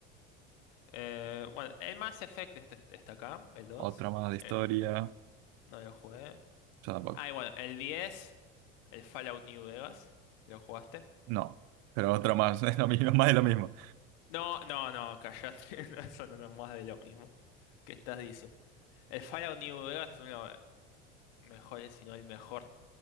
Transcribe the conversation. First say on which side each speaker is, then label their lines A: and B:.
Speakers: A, on the left; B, on the right.
A: Eh, bueno, el Mass Effect este- este- está acá, el dos
B: otra más de historia,
A: Eh,
B: o
A: no lo jugué.
B: tampoco,
A: Ah, y bueno, el 10 el Fallout New Vegas. ¿Lo jugaste?
B: no, pero otra más, <laughs> es lo mismo, más de lo mismo.
A: No, no, no, callate. <laughs> no, Eso no es más de lo mismo. ¿Qué estás diciendo? El Fallout New Vegas es uno de los mejores, si no el mejor